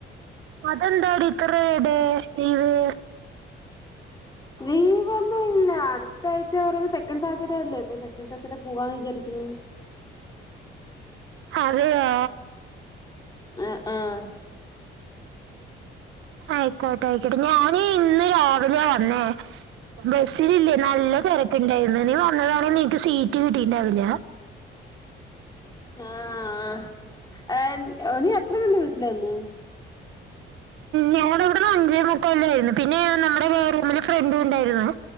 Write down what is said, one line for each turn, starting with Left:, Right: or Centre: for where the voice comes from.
Right: അതെ. ന്താടി ഇത്ര ഡെ ലീവ്?
Left: ലീവൊന്നുമില്ല. അടുത്ത ആഴ്ചാന്ന് പറയുമ്മേ സെക്കൻഡ് സാറ്റർഡെ അല്ലേ. ഈ സാറ്റർഡെ പോവാന്ന് വിചാരിക്കുന്നു.
Right: അതെയോ
Left: ആഹ് ആഹ്
Right: ആയിക്കോട്ടെ ആയിക്കോട്ടെ. ഞാന് ഇന്ന് രാവിലെയാ വന്നേ. ബസ്സിലില്ലേ നല്ല തിരക്ക്ണ്ടായിരുന്നു. നീ വന്നതാണെങ്കിൽ നിനക്ക് സീറ്റ് കിട്ടിയിട്ട്ണ്ടാവില്ല.
Left: ആഹ് ഏഹ് നീ എത്ര മണി വിളിച്ചില്ലേ അന്ന്
Right: ഞങ്ങള് ഇവിടെന്ന് അഞ്ചേ മുക്കാല്ലായിരുന്നു. പിന്നെ നമ്മുടെ വേറെമ്മില് ഫ്രണ്ടുണ്ടായിരുന്നു.